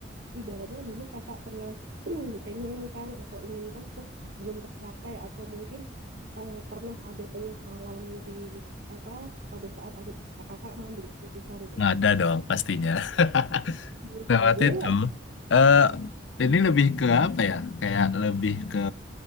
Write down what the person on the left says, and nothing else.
nggak
ada dong pastinya. <laughs>
Nah, waktu
itu
eh ini lebih ke apa ya? Kayak lebih ke